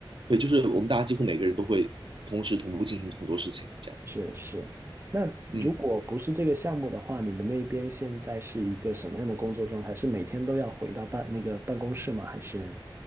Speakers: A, on the right (about 70°); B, on the right (about 30°).
A: 对，就是我们大家几乎每个人都会同时同步进行很多事情，这样子。
B: 是是。那如果不是这个项目的话，
A: 嗯。
B: 你们那边现在是一个什么样的工作状态？是每天都要回到办那个办公室吗？还是？